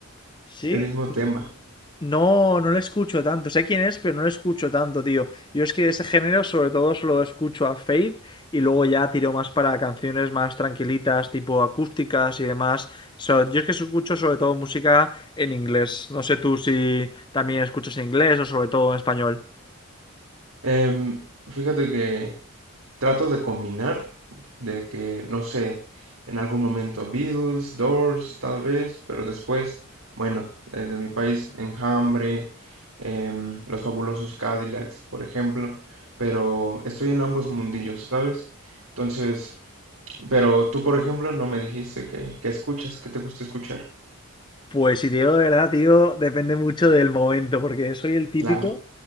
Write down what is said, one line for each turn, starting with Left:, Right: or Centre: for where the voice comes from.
Left: Sí,
Right: el mismo tema.
Left: No, no le escucho tanto. Sé quién es, pero no le escucho tanto, tío. Yo es que de ese género sobre todo solo escucho a Fade y luego ya tiro más para canciones más tranquilitas, tipo acústicas y demás. So- yo es que escucho sobre todo música en inglés. No sé tú si también escuchas en inglés o sobre todo en español.
Right: Em, fíjate que trato de combinar, de que, no sé, en algún momento Beatles, Doors, tal vez, pero después, bueno, desde mi país, Enjambre, em, Los Fabulosos Cadillacs, por ejemplo, pero estoy en ambos mundillos, ¿sabes? Entonces, pero tú, por ejemplo, no me dijiste que, que escuchas, que te gusta escuchar.
Left: Pues si te digo de verdad, tío, depende mucho del momento, porque soy el típico
Right: Claro.